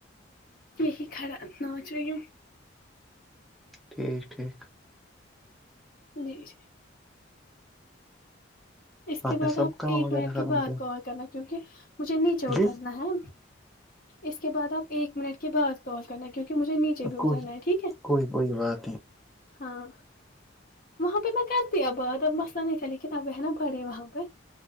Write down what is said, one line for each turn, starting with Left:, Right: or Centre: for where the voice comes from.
Left: یہی کھڑا ناچ رہی ہوں
Centre: ٹھیک ٹھیک
Left: جی جی اس کے بعد
Centre: نے سب
Left: آپ
Centre: کام
Left: ایک
Centre: وغیرہ
Left: منٹ
Centre: ختم
Left: کے بعد
Centre: کیا
Left: کال کرنا کیونکہ مجھے نیچے اترنا
Centre: جی
Left: ہے اس کے بعد آپ ایک منٹ کے بعد کال کرنا کیونکہ مجھے نیچے بھی اترنا
Centre: کوئی
Left: ہے ٹھیک ہے
Centre: کوئی کوئی بات نہیں
Left: ہاں وہاں پہ میں کرتی اب بات اب مسئلہ نہیں تھا لیکن اب ہے نا پڑے وہاں پہ